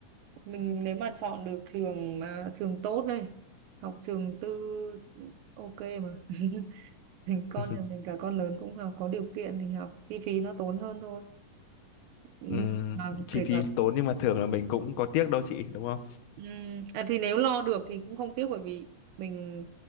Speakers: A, on the right; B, on the left.
A: mình nếu mà chọn được trường mà trường tốt đây, học trường tư ok mà. <laughs> Mình con
B: <laughs>
A: nhà mình cả con lớn cũng học có điều kiện thì học, chi phí nó tốn hơn thôi. Ừ,
B: Ừm,
A: Mà
B: chi
A: kể
B: phí
A: cả
B: tốn nhưng mà thường là mình cũng có tiếc đâu chị đúng không
A: ừm, à, thì nếu lo được thì cũng không tiếc bởi vì mình